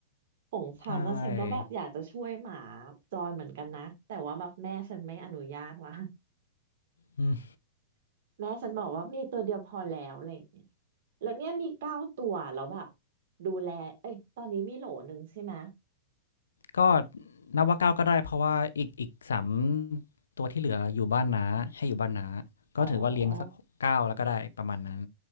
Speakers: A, on the right (about 55°); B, on the left (about 70°).
A: ของฉันนะฉันก็แบบอยากจะช่วยหมา
B: ใช่
A: จรเหมือนกันนะแต่ว่าแบบแม่ฉันไม่อนุญาตว่ะ
B: อื
A: <laughs> แม่ฉันบอกว่ามีตัวเดียวพอแล้วอะไรอย่างเงี้ยแล้วเนี่ยมีเก้าตัวแล้วแบบดูแลเอ้ยตอนนี้มีโหลหนึ่งใช่ไหม
B: ก็นับว่าเก้าก็ได้เพราะว่าอีกอีกสามตัวที่เหลืออยู่บ้านน้าให้อยู่บ้านน้า
A: ยอ๋อ
B: ก็ถือว่าเลี้ยงสักเก้าแล้วก็ได้ประมาณนั้น